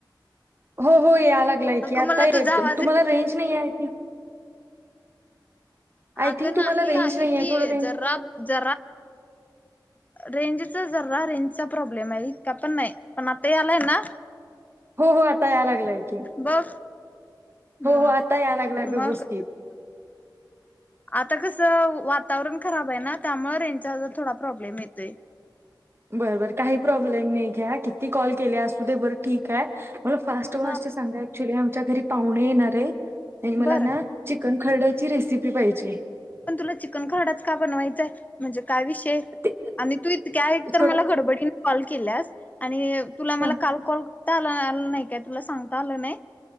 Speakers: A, on the right (about 30°); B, on the left (about 20°).
A: हो हो ये आलागला आहे
B: अगं
A: की आता
B: मला तुझा आवाज
A: तुम्हाला
B: येत
A: रेंज नाही आहे ते आय
B: अगं
A: थिंक
B: नाही
A: तुम्हाला रेंज
B: आहे
A: नाही
B: की
A: थोडं रेंज
B: जरा जरा रेंजचा जर रेंजचा प्रॉब्लेम आहे का पण नाही पण आता आलाय ना
A: हो हो आता या लागलाय की
B: बघ
A: हो
B: हा
A: हो आता या लागलाय
B: मग
A: व्यवस्थित
B: आता कसं वातावरण खराब आहे ना त्यामुळे रेंचा थोडा प्रॉब्लेम येतोय
A: बर बर काही प्रॉब्लेम नाही घ्या किती कॉल केले असू ते बरं ठीक आहे मला फास्ट ो <unintelligible>
B: हा
A: अस सांगा ऍक्च्युली आमच्या घरी पाहुणे येणार आहेत आणि मला
B: बरं
A: ना चिकन खरड्याची रेसिपी पाहिजे
B: पण तुला चिकन खराडाच का बनवायचंय म्हणजे काय विषय
A: ते
B: आ तू इक्या एक तर
A: थोडं
B: मला घडबडीने कॉल केल्यास आणि तुला
A: हां
B: मला काल कॉल करता आला आ नाही काय तुला सांगता आलं नाही